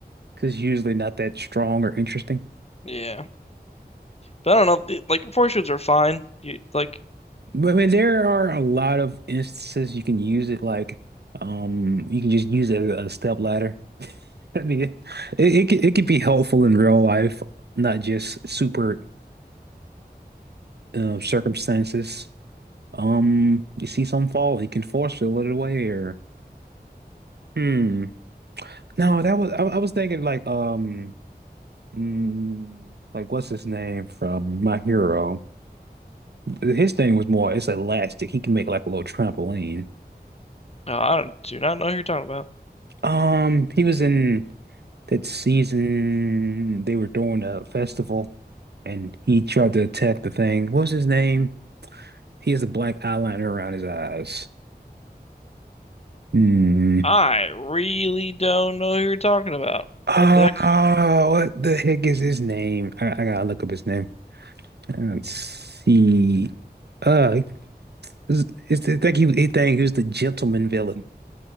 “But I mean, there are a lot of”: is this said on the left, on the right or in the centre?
Right